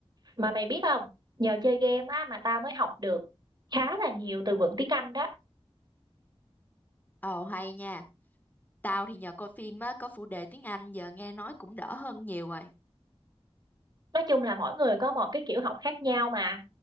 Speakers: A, on the right; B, on the left.
A: Mà mày biết không, nhờ chơi game á mà tao mới học được khá là nhiều từ vựng tiếng Anh đó.
B: ồ hay nha tao thì nhờ coi phim á có phụ đề tiếng Anh giờ nghe nói cũng đỡ hơn nhiều rồi
A: Nói chung là mỗi người có một cái kiểu học khác nhau mà.